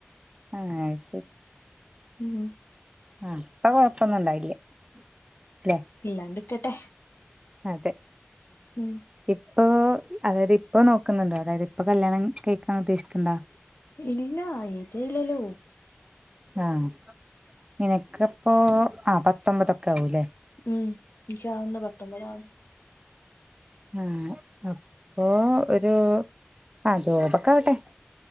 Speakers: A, on the right; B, on the left.
A: ആഹ് ശെരി
B: ഉം
A: ആഹ് അപ്പൊ കൊഴപ്പൊന്നും ഇണ്ടാവില്യാ അല്ലേ
B: ഇല്ലാണ്ടിക്കട്ടെ
A: അതെ
B: ഉം
A: ഇപ്പൊ അതായത് ഇപ്പോ നോക്ക്ന്ന്ണ്ടോ അതായത് ഇപ്പൊ കല്യാണം കഴിക്കാൻ ഉദ്ദേശ്ക്ക്ണ്ടോ
B: ഇല്യാ ഏജായില്ലല്ലോ
A: ആഹ് നിനക്ക്പ്പോ ആഹ് പത്തൊമ്പതൊക്കെ ആവൂലെ
B: ഉം ഇൻക്കിവുന്നു പത്തൊമ്പതാ
A: ആഹ് അപ്പോ ഒരു ആഹ് ഇരുപതൊക്കാവട്ടെ